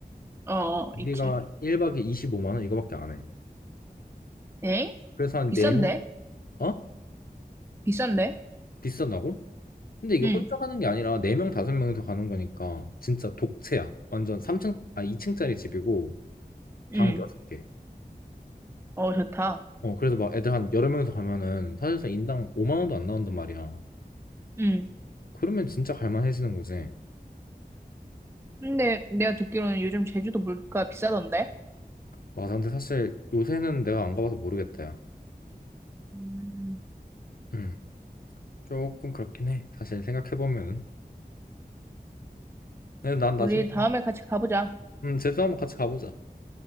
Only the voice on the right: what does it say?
어, 어,
있지.
엥?
비싼데?
비싼데?
응,
응.
어, 좋다.
응.
근데 내가 듣기로는 요즘 제주도 물가 비싸던데?
음,
우리 다음에 같이 가보자.